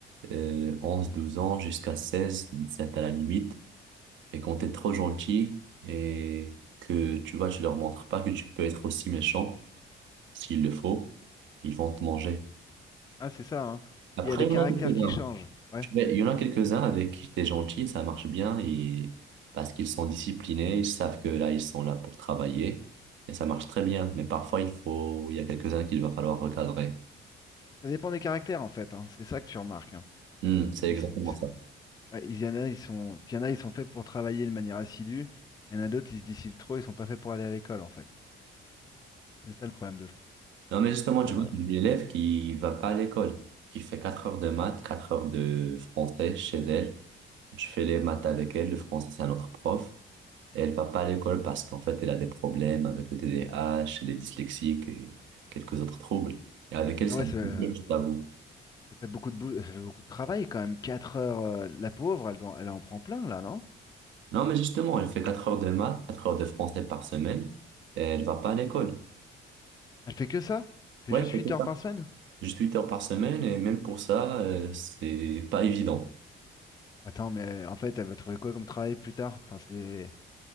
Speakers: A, on the right; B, on the left.
A: euh, 11, 12 ans jusqu'à 16, sept à la limite. Et quand t'es trop gentil et que tu vois, tu leur montres pas que tu peux être aussi méchant, s'il le faut, ils vont te manger.
B: Ah, c'est ça, hein.
A: Après,
B: Il y a les
A: il
B: caractères
A: y en a quelques-uns.
B: qui changent, ouais.
A: Tu vois, Il y en a quelques-uns avec qui t'es gentil, ça marche bien et parce qu'ils sont disciplinés, ils savent que là, ils sont là pour travailler et ça marche très bien. Mais parfois, il faut, il y a quelques-uns qu'il va falloir recadrer.
B: Ça dépend des caractères, en fait, hein. C'est ça que tu remarques, hein.
A: Hmm, c'est
B: Ils,
A: exactement
B: s- ils s-
A: ça.
B: ouais, il y en a, ils sont... Puis il y en a, ils sont faits pour travailler de manière assidue. Il y en a d'autres, ils se dissipent trop, ils sont pas faits pour aller à l'école, en fait. C'est ça le problème de fond.
A: Non, mais justement, tu
B: Euh,
A: vois, j'ai une élève qui va pas à l'école, qui fait 4 heures de maths, 4 heures de français chez elle. Je fais les maths avec elle, le français, c'est un autre prof. Et elle va pas à l'école parce qu'en fait, elle a des problèmes avec le TDAH, les dyslexiques et quelques autres troubles. Et avec elle,
B: Ah
A: c'est
B: ouais,
A: un
B: c'est...
A: peu
B: euh,
A: dur, je t'avoue.
B: Ça fait beaucoup de boulot, ça fait beaucoup de travail quand même. 4 heures, euh, la pauvre, elle, doit- elle en prend plein là, non?
A: Non, mais justement, elle fait 4 heures de maths, 4 heures de français par semaine, et elle va pas à l'école.
B: Elle fait que ça? Elle fait
A: Ouais,
B: juste
A: elle
B: huit
A: fait que
B: heures
A: ça.
B: par semaine?
A: Juste 8 heures par semaine, et même pour ça, euh, c'est pas évident.
B: Attends, mais en fait, elle va trouver quoi comme travail plus tard? Enfin, c'est